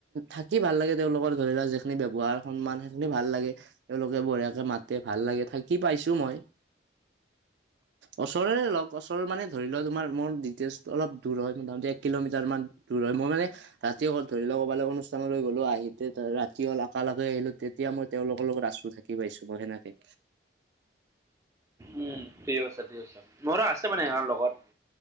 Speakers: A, on the right; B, on the right.
A: থাকি ভাল লাগে। তেওঁলোকৰ ধৰি লোৱা যিখিনি ব্যৱহাৰ সন্মান সেইখিনি ভাল লাগে। তেওঁলোকে বঢ়িয়াকে মাতে, ভাল লাগে থাকি পাইছো মই। ওচৰৰে লগ ওচৰৰ মানে ধৰি লও তোমাৰ মোৰ ডিটেইলচটো অলপ দূৰ হয়। মোটামুটি এক কিলোমিটাৰমান দূৰ হয়। মই মানে ৰাতি অকল ধৰি লও ক'বালে অনুষ্ঠানলৈ গ'লো আহি ৰাতি হল, আকালগে আহিলো তেতিয়া মই তেওঁলোকৰ লগত আছো থাকি কি পাইছো, মই সেনেকে।
B: উম ঠিক আছে, ঠিক আছে। মোৰো আছে মানে ইয়াৰ লগত।